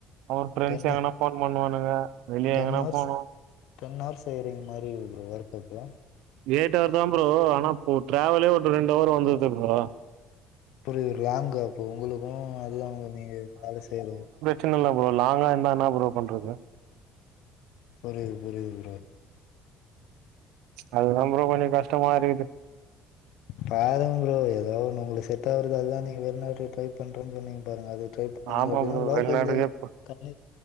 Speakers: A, on the right; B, on the left.
A: அவர் ஃரெண்ட்ஸ்
B: டென்
A: எங்கன்னா ஃபோன் பண்ணுவானுங்க வெளிய
B: டென்
A: எங்கன்னா
B: ஹவர்ஸ்
A: போனு
B: டென் ஹவர்ஸ் செய்ரிங் மாரி ஒர்க் அப்போ
A: ஏட்டவர் தா ஃப்ரோ ஆனா இப்ப ட்ராவலே ஒரு ரெண்டு ஹவர் வந்தருது ஃப்ரோ
B: புரியுது லாங்கு அப்ப உங்களுக்கு அது அங்கு நீங்க வேல செய்றது
A: சின்ன இல்ல ஃப்ரோ லாங்கா இருந்தா என்னா ஃப்ரோ பண்றது
B: புரிது புரிது ஃப்ரோ
A: அதுதா ஃப்ரோ கொஞ்சோ கஷ்டமா இருக்குது
B: பாருங் ஃப்ரோ எதோ ஒன்னு உங்களுக்கு செட் ஆகுறது அதுதா நீங்க வெளிநாட்டுல ட்ரை பண்றன்னு சொன்னீங்க பாருங்க அது ட்ரை பண்ணுங்க
A: ஆமா
B: அப்டின்னா
A: ப்ரோ
B: லோக்கல்லியே
A: வெளிநாட்டுக்கே போ.
B: கண்ணுக்